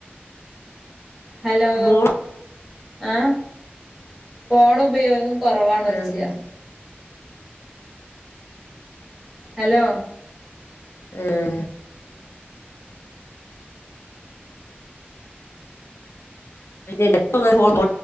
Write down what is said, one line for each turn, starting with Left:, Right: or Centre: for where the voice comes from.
Centre: ഹലോ
Left: മോ
Centre: ഏ ഫോൺ ഉപയോഗം കുറവാാണ് വെച്ചിയ
Left: ആഹ്
Centre: ഹലോ
Left: ആഹ അക്ക പോ